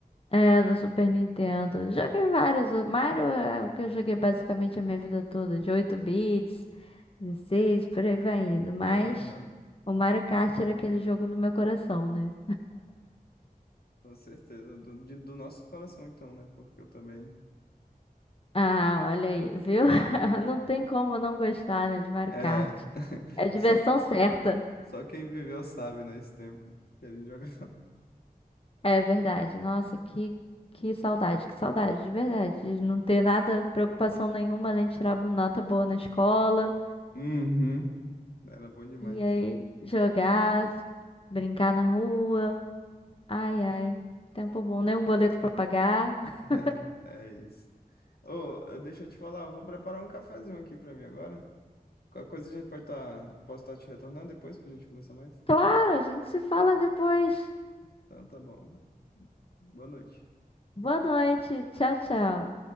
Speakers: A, on the left (about 35°); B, on the left (about 80°).
A: É, do Super Nintendo. Joguei vários. outros. Mario é o que eu joguei basicamente a minha vida toda, de 8 bits. 16, por aí vai indo. Mas
B: Aham,
A: o Mario Kart era aquele jogo no meu coração, né?
B: com certeza. Do, de- do nosso coração, então, né? Porque eu também.
A: Ah, olha aí, viu? <laughs> Não tem como não gostar, né, de Mario
B: É.
A: Kart.
B: <laughs>
A: É a diversão
B: Só,
A: certa.
B: só quem viveu sabe, né? Esse tempo que ele jogava. <laughs>
A: É verdade. Nossa, que, que saudade, que saudade, de verdade. De não ter nada, preocupação nenhuma, além de tirar nota boa na escola.
B: Uhum. Era bom demais.
A: E aí, jogar, brincar na rua. Ai, ai, tempo bom, nem um boleto pra pagar. <laughs>
B: <laughs> É isso. Ô, eh, deixa eu te falar, eu vou preparar um cafezinho aqui pra mim agora. Qualquer coisa a gente pode estar. posso estar te retornando depois pra gente conversar mais?
A: Claro, a gente se fala depois.
B: Então tá bom. Boa noite.
A: Boa noite. Tchau, tchau.